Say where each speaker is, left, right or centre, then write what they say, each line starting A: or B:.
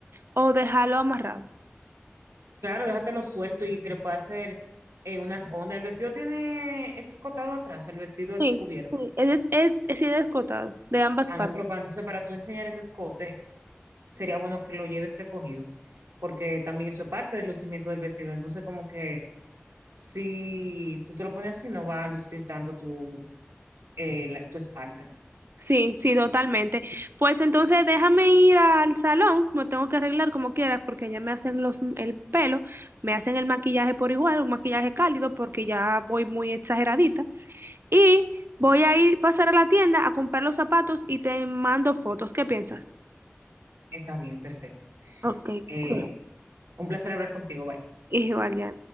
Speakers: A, on the right (about 60°); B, on the right (about 85°).
A: o dejarlo amarrado.
B: Claro, déjatelo suelto y te le puede hacer eh, unas ondas. El vestido tiene, es escotado atrás, o el vestido es
A: Sí,
B: cubierto.
A: sí, es, es, es sí, descotado, de ambas
B: Ah,
A: partes.
B: no, pero para, entonces para tú enseñar ese escote, sería bueno que lo lleves recogido, porque también eso es parte del lucimiento del vestido. Entonces, como que si tú te lo pones así, no va a lucir tanto tu, eh, la- tu espalda.
A: Sí, sí, totalmente. Pues entonces déjame ir al salón, me tengo que arreglar como quieras porque ya me hacen los el pelo, me hacen el maquillaje por igual, un maquillaje cálido porque ya voy muy exageradita y voy a ir pasar a la tienda a comprar los zapatos y te mando fotos. ¿Qué piensas?
B: Está bien, perfecto.
A: Ok.
B: Eh,
A: <laughs>
B: un placer hablar contigo, bye.
A: Igual, ya.